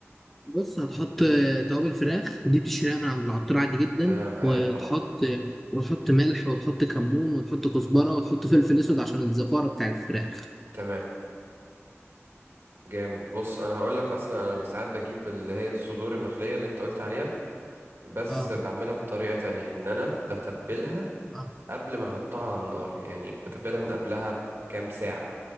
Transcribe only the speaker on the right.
تمام عارفها
اه
تمام جامد بص انا هقول لك اصلا انا ساعات بجيب اللي هي الصدور المخليه اللي انت قلت عليها بس
بعملها بطريقه تانية ان انا بتبلها
قبل ما احطها على النار يعني بتبلها من قبلها بكام ساعه